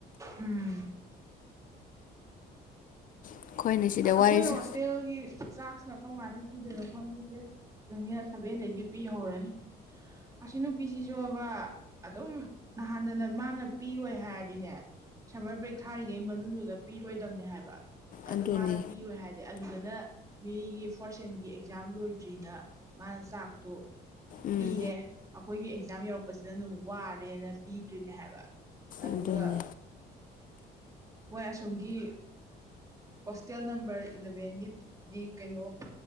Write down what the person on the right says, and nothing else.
ꯎꯝ
ꯑꯁ
ꯑꯩꯈꯣꯏ ꯍꯣꯁꯇꯦꯜꯒꯤ ꯆꯥꯛꯁꯤꯅ ꯀꯔꯝ ꯀꯥꯟꯗ ꯄꯤꯗꯣꯏꯅꯣ ꯈꯪꯗꯦ ꯗꯦꯠ ꯁꯤꯛꯁꯇꯩꯅ ꯁꯚꯦꯟꯗꯩꯗꯤ ꯄꯤ ꯍꯧꯔꯅꯤ ꯑꯁꯤ ꯅꯨꯄꯤꯁꯤꯁꯨꯕ ꯑꯗꯨꯝ ꯅꯍꯥꯟꯗꯅ ꯃꯥꯅ ꯄꯤꯔꯣꯏ ꯍꯥꯏꯔꯗꯤꯅꯦ ꯁꯝꯃꯔ ꯕ꯭ꯔꯦꯛ ꯊꯥꯔꯤꯉꯩ ꯃꯅꯨꯡꯗꯨꯗ ꯄꯤꯔꯣꯏꯗꯝꯅꯤ ꯍꯥꯏꯕ
ꯑꯗꯨ ꯃꯥꯅ ꯄꯤꯔꯣꯏ ꯍꯥꯏ ꯑꯗꯨꯗꯅ ꯃꯤꯒꯤ ꯐꯣꯔꯠ ꯁꯦꯝꯒꯤ ꯑꯦꯛꯖꯥꯝ ꯂꯣꯏꯗ꯭ꯔꯤꯅ ꯃꯥꯅ ꯆꯥꯛꯇꯣ
ꯄꯤꯔꯦ ꯑꯩꯈꯣꯏꯒꯤ ꯑꯦꯛꯖꯥꯝ ꯌꯧꯔꯛꯄꯁꯤꯗꯅ ꯋꯥꯔꯦꯅ ꯄꯤꯗ꯭ꯔꯤꯅꯦ ꯍꯥꯏꯕ ꯑꯗꯨꯒ
ꯃꯣꯏ ꯑꯁꯣꯝꯒꯤ ꯍꯣꯁꯇꯦꯜ ꯅꯝꯕꯔ ꯏꯂꯚꯦꯟꯒꯤꯗꯤ ꯀꯩꯅꯣ